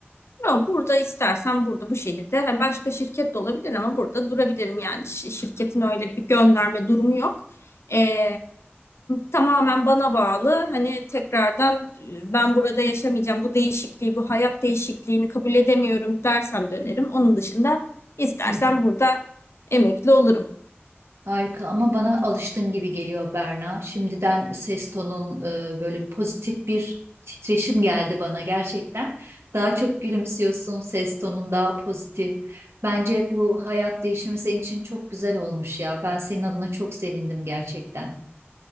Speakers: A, on the left; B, on the right.
A: Yok, burada istersen burada bu şehirde hani başka şirket de olabilir ama burada durabilirim yani Ş- şirketin öyle bir gönderme durumu yok. Ee, tamamen bana bağlı hani tekrardan e, ben burada yaşamayacağım bu değişikliği bu hayat değişikliğini kabul edemiyorum dersem dönerim. Onun dışında istersen
B: Hı hı.
A: burada emekli olurum.
B: Harika ama bana alıştın gibi geliyor Berna. Şimdiden ses tonun e, böyle pozitif bir titreşim geldi bana gerçekten. Daha çok gülümsüyorsun, ses tonun daha pozitif. Bence bu hayat değişimi senin için çok güzel olmuş ya. Ben senin adına çok sevindim gerçekten.